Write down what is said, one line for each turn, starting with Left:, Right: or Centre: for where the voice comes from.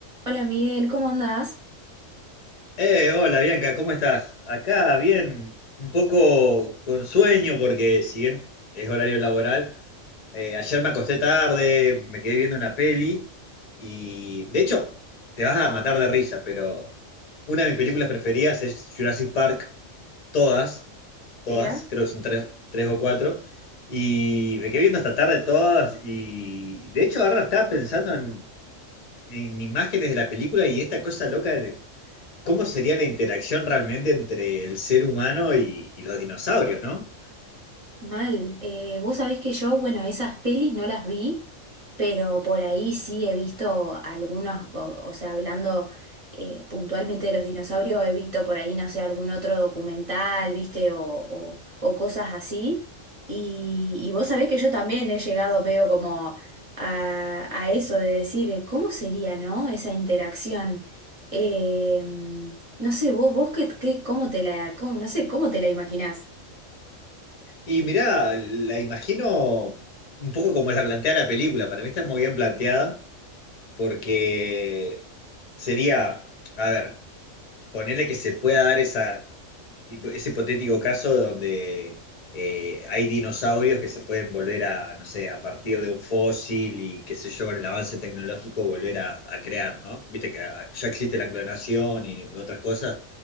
Right: Hola Miguel, ¿cómo andás?
Left: Eh, hola Bianca, ¿cómo estás? Acá bien, un poco con sueño porque si bien es horario laboral, eh, ayer me acosté tarde, me quedé viendo una peli y de hecho te vas a matar de risa, pero una de mis películas preferidas es Jurassic Park, todas, todas,
Right: Mira.
Left: creo que son tres, tres o cuatro, y me quedé viendo hasta tarde todas y de hecho ahora estaba pensando en, en imágenes de la película y esta cosa loca de cómo sería la interacción realmente entre el ser humano y, y los dinosaurios, ¿no?
Right: Mal. Eh, vos sabés que yo, bueno, esas pelis no las vi, pero por ahí sí he visto algunos, o, o sea, hablando eh, puntualmente de los dinosaurios, he visto por ahí, no sé, algún otro documental, viste, o, o- o cosas así. Y, y vos sabés que yo también he llegado medio como a, a eso de decir, ¿cómo sería, no? Esa interacción. Eh, no sé, vos, vos qué, qué- cómo te la, cómo- no sé, cómo te la imaginás.
Left: Y mirá, la imagino un poco como la plantea la película, para mí está muy bien planteada, porque sería, a ver, ponerle que se pueda dar esa, hipo- ese hipotético caso donde eh, hay dinosaurios que se pueden volver a, no sé, a partir de un fósil y qué sé yo, con el avance tecnológico volver a, a crear, ¿no? Viste que ah, ya existe la clonación y otras cosas.